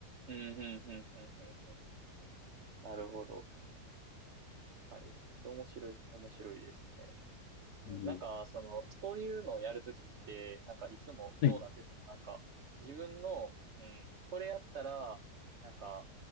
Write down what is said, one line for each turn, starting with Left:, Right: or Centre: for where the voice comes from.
Right: うん。うん。うん。うん。うん。うんなるほど。確かに。それ面白い、面白いですね。うんなんか、
Left: うん。
Right: その、そういうのをやるときって、なんかいつもどうなんですかなんか、
Left: はい。
Right: 自分の、うん、これやったら、なんか、